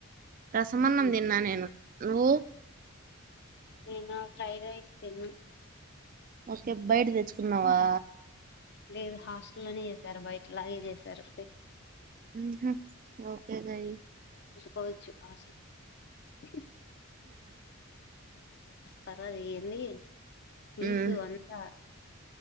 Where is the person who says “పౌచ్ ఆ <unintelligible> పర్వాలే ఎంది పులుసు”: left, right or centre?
Left